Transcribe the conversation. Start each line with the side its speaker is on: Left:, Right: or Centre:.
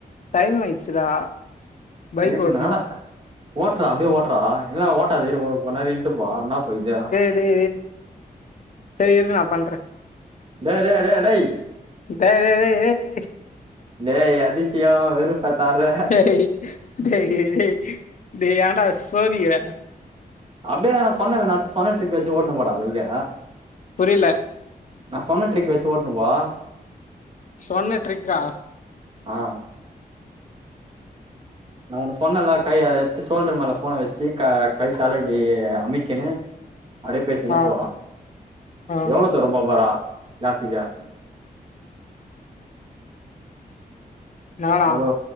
Left: டைம் ஆய்ச்சுதா பைக்
Right: என்னடா
Left: ஓட்னு
Right: ஓட்றா அப்டே ஓட்றா இல்ல ஓட்டாது இரு கொஞ்நேரோ இன்ட்டுப்போ என்னாபோயது
Left: வே சரி இரு நா பண்ற
Right: டேய் டேய் டேய் அடை
Left: டேய் டே டே டே டே
Right: டேய் அதிசயோ வெறுப்பேத்தாத
Left: டேய் டேய் டே டே ஏன்டா சோதிக்கிற
Right: அப்டே நா சொன்ன நா சொன்ன ட்ரிக்கு வச்சு ஓட்னு போடா பைய
Left: புரில
Right: நா சொன்ன ட்ரிக்கு வச்சு ஓட்ணு போ
Left: சொன்ன ட்ரிக்கா
Right: ஆ நா ஒன்னு சொன்னேல்ல கை எத்து சோல்டரு மேல ஃபோன வச்சு க கைத்தால இப்டி அமிக்கன்னு அப்டியே பேசீன்னே
Left: ஆ
Right: போவா
Left: ஆ
Right: எவ்வளோ தூர போப்போறா கிளாசிக்கா
Left: நானா
Right: ஹலோ